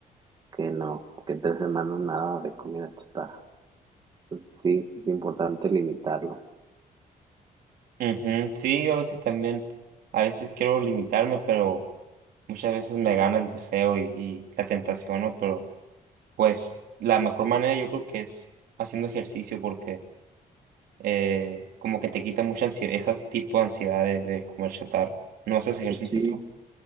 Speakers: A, on the right; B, on the right.
A: que no, que en tres semanas nada de comida chatarra. Sí, sí es importante limitarlo.
B: Ujú, Sí, yo a veces también, a veces quiero limitarme, pero muchas veces me gana el deseo y, y la tentación, ¿no? Pero pues la mejor manera yo creo que es haciendo ejercicio porque eh, como que te quita mucha ansiedad, esas tipo de ansiedades de comer chatarra. ¿No haces ejercicio
A: Sí,
B: tú?